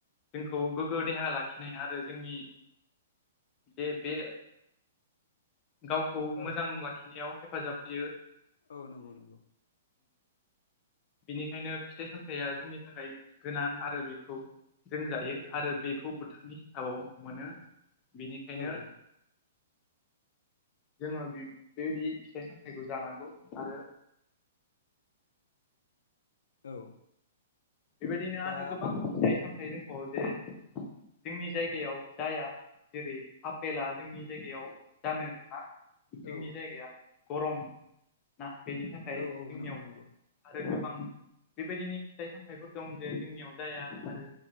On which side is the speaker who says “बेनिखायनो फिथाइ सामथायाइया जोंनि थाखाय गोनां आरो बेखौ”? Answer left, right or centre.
Left